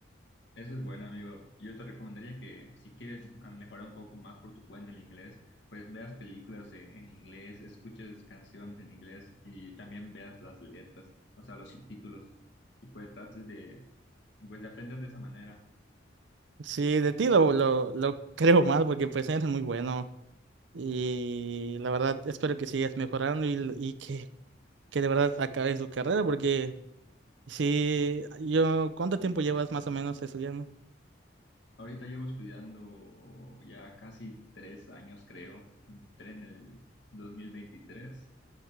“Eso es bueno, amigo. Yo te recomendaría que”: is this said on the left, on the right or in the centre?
Left